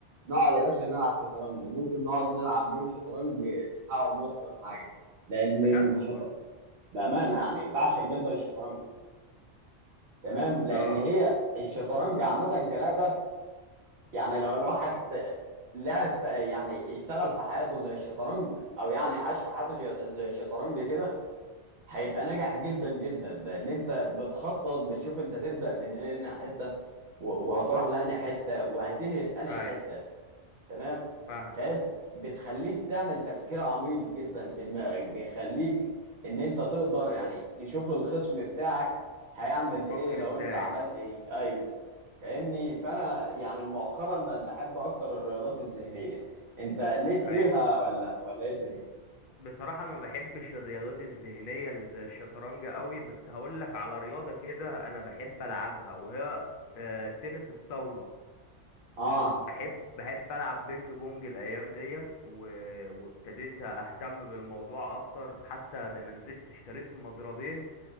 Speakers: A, on the right; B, on the left.
A: نقعد يا باشا نلعب شطرنج ممكن نقعد نلعب جيم شطرنج ساعه ونص ولا حاجه لان
B: بجد
A: الشط
B: والله
A: بامانه يعني بعشق جدا الشطرنج تمام لان
B: اه
A: هي الشطرنج عامه كلعبه يعني لو الواحد
B: اه
A: لعب في يعني اشتغل في حياته زي الشطرنج او يعني عاش في حياته ش- زي الشطرنج كده هيبقى ناجح جدا جدا لان انت بتخطط بتشوف انت تبدا من هنا حته و- وهتروح لانهي
B: امم
A: حته وهتنهي في انهي
B: ايوه
A: حته تمام
B: فاهمك
A: فاهم بتخليك تعمل تفكير عميق جدا في دماغك بيخليك ان انت تقدر يعني تشوف الخصم بتاعك هيعمل
B: بيفكر
A: ايه لو
B: ازاي
A: انت عملت ايه ايوه فاهمني فانا يعني مؤخرا بقت بحب اكتر الرياضات الذهنيه انت ليك فيها
B: ايوه
A: ولا ولا ايه الدنيا
B: بصراحة ما بحبش الرياضات الذهنية اللي زي الشطرنج قوي بس هقول لك على رياضة كده انا بحب العبها وهي آه تنس الطاولة
A: اه
B: بحب بحب العب بينج بونج الايام ديت و... وابتديت اهتم بالموضوع اكتر حتى ده انا نزلت اشتريت مضربين